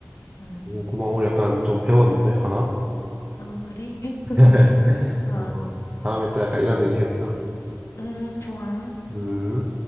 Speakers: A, on the left; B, on the right.
A: 응.
B: 오, 고마워. 오늘 약간 좀 배웠는데, 하나?
A: 어, 그래? <laughs>
B: <laughs>
A: 어,
B: 고마워. 다음에 또 약간 이런
A: 음,
B: 얘기 해보자.
A: 음, 좋아.
B: 음.